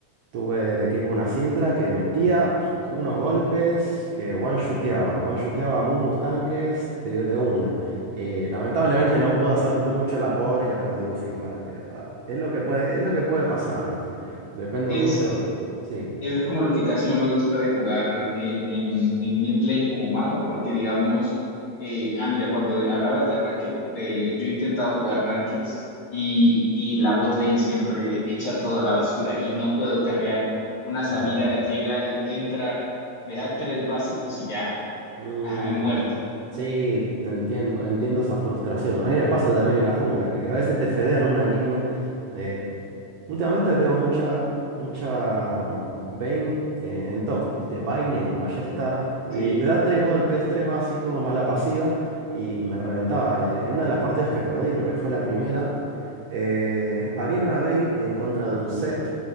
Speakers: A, on the right; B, on the left.
A: Tuve de equipo una Syndra que metía unos golpes que one-shoteaba, one-shoteaba a Mumus tanques de, de una. Eh, lamentablemente no pudo hacer mucho la pobre y la perdimos igual, pero ah, es lo que puede, es lo que puede pasar, ¿viste? Depende
B: Es,
A: mucho. Sí,
B: es como lo que casi no me gusta de jugar en, en, en mid lane como mago, porque digamos, eh, ah, mira, cuando de- hablabas de ranked, eh, yo he intentado jugar rankeds y, y la bot lane siempre echa toda la basura y no puedo carrear. Una Samira
A: ajá.
B: llega y entra, me da tres básicos y ya,
A: Mm,
B: ajá, muerto.
A: sí, te entiendo, entiendo esa frustración. A mí me pasa también en la jungla, que a veces te fedean una línea. eh, Últimamente veo mucha, mucha mm, Vayne eh, en top, ¿viste? Vayne con ballesta y
B: <laughs>
A: te da
B: sí.
A: tres golpes, tres básicos más la pasiva y me reventaba. En, en una de las partidas que perdí, creo que fue la primera, eh, había una Vayne en contra de un set